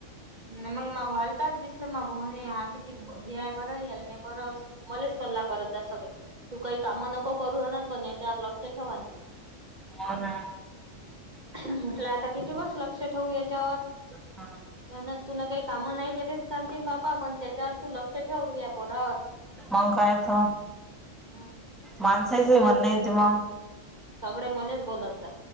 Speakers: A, on the right; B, in the centre.
A: नाही मग मग वालताच दिसलं, मग भवणे हा किती हेय बरं याल नाही बरं. मलेच कल्ला करत हाय सगळे, तू काही कामं नको करू पण याच्यावर लक्ष ठेवा दि.
B: हो, ना.
A: म्हटलं आता किती दिवस लक्ष ठेवू याच्यावर?
B: हा.
A: यानं तुला काही कामं नाही केलीच चालतील बापा, पण त्याच्यावर तू लक्ष ठेव तूया पोरावर.
B: मग कायतं
A: हम्म
B: माणसाचं
A: मले
B: म्हणण येती या.
A: सगळे मलेच बोलत जाय‌.